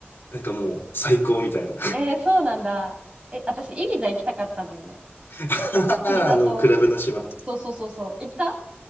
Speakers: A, on the left; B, on the right.
A: なんかもう最高みたいな。
B: えー、そうなんだ。え、私、イビザ行きたかったんだよね。
A: <laughs> あの、
B: イビザと、
A: クラブの島。
B: そうそうそうそう。行った